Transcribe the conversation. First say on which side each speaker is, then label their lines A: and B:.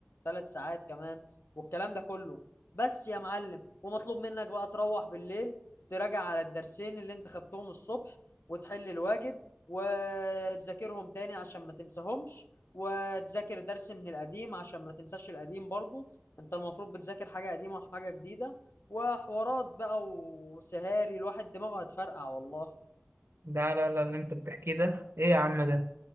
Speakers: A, on the left; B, on the right.
A: وثلاث ساعات كمان والكلام ده كله بس يا معلم ومطلوب منك بقى تروح بالليل تراجع على الدرسين اللي انت خدتهم الصبح وتحل الواجب وتذاكرهم تاني عشان ما تنساهمش وتذاكر درس من القديم عشان ما تنساش القديم برضو انت المفروض بتذاكر حاجة قديمة وحاجة جديدة وحوارات بقى وسهاري الواحد دماغه هتفرقع والله
B: لا لا لا اللي انت بتحكيه ده ايه يا عم ده